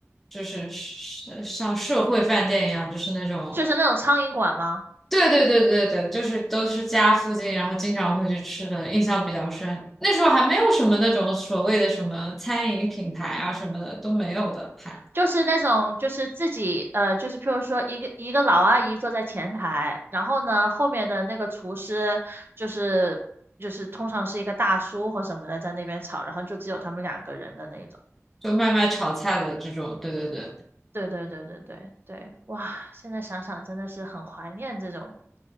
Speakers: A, in the centre; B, on the right.
A: 就是是像社会饭店一样，就是那种
B: 就是那种苍蝇馆吗？
A: 对对对对对，就是都是家附近，然后经常会去吃的，印象比较深。那时候还没有什么那种所谓的什么餐饮品牌啊什么的都没有的，还
B: 就是那种，就是自己，呃，就是譬如说一个一个老阿姨坐在前台，然后呢，后面的那个厨师就是就是通常是一个大叔或什么的在那边炒，然后就只有他们两个人的那种。
A: 就卖卖炒菜的这种，对对对。
B: 对对对对对对，哇，现在想想真的是很怀念这种